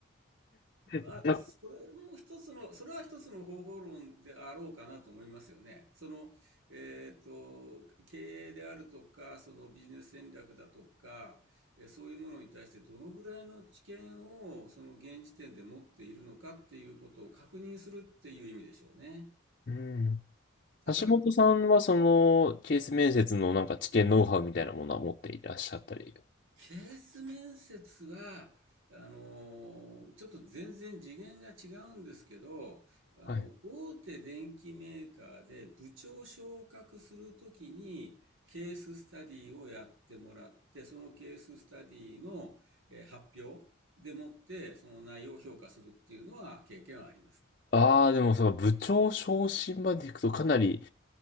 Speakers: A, on the left (about 45°); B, on the right (about 80°).
A: 接。
B: あ、それも一つの、それは一つの方法論であろうかなと思いますよね。その、えっと、経営であるとか、そのビジネス戦略だとか、えーそういうものに対してどのぐらいの知見をその現時点で持っているのかっていうことを確認するっていう意味でしょうね。
A: うん。
B: ただ、
A: 橋本さんはそのケース面接のなんか知見ノウハウみたいなものは持っていらっしゃったり。
B: ケース面接は、あの、ちょっと全然次元が違うんですけど、あの、
A: はい。
B: 大手電機メーカーで部長昇格するときに、ケーススタディをやってもらって、そのケーススタディのえー発表でもって、その内容を評価するっていうのは経験はあります。
A: ああ、でもその部長昇進まで行くとかなり、